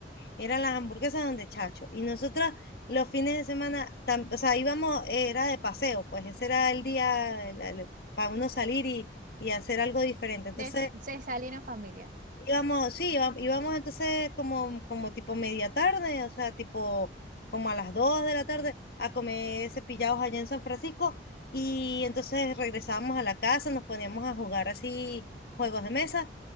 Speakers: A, on the left; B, on the right.
A: Eran las hamburguesas donde Chacho. Y nosotros los fines de semana, tam- o sea, íbamos, eh, era de paseo, pues ese era el día el- el- para uno salir y, y hacer algo diferente. Entonces
B: de, se salir en familia.
A: íbamos, sí, íbam- íbamos, entonces como, como tipo media tarde, o sea, tipo como a las 2 de la tarde a comer cepillados allá en San Francisco. Y entonces regresábamos a la casa, nos poníamos a jugar así juegos de mesa.